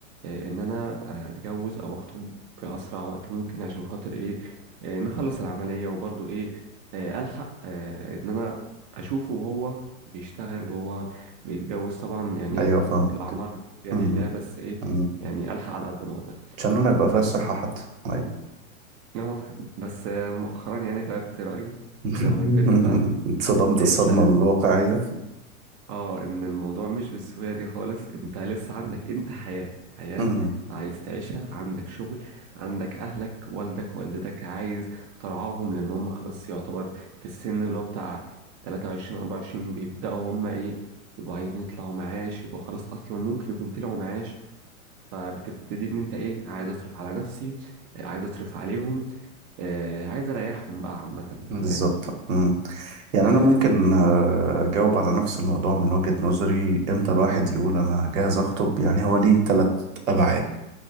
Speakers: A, on the right (about 40°); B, on the right (about 70°).
A: آه، إن أنا آه، أتجوز أو أخطب في أسرع وقت ممكن عشان خاطر إيه آه، نخلص العملية وبرضه إيه آه، ألحق آه، إن أنا أشوفه وهو بيشتغل وهو بيتجوز طبعا يعني
B: ايوه فاهم
A: الأعمار بيد
B: مم،
A: الله بس إيه
B: مم.
A: يعني ألحق على قد ما أقدر
B: عشان انا يبقى فيها
A: بس
B: الصحة حتى ايوه
A: أه بس آه، مؤخرا يعني غيرت رأيي
B: <laughs>
A: لما كبرت بقى
B: اتصدمت
A: لقيت
B: الصدمة
A: لا
B: الواقعية
A: اه ان الموضوع مش بالسهوله دي خالص انت لسه عندك انت حياه حياه
B: مم،
A: عايز تعيشها عندك شغل عندك اهلك والدك والدتك عايز ترعاهم لان هم خلاص يعتبر في السن اللي هو بتاع 23 24 بيبداوا هم ايه يبقوا عايزين يطلعوا معاش يبقوا خلاص اصلا ممكن يكون طلعوا معاش فبتبتدي ان انت ايه عايز اصرف على نفسي آه، عايز اصرف عليهم آه، عايز اريحهم بقى عامه
B: بالظبط
A: فاهم
B: مم. يعني
A: آه،
B: انا ممكن آه، اجاوب على نفس الموضوع من وجهة نظري امتى الواحد يقول انا جاهز اخطب يعني هو ليه ثلاث ابعاد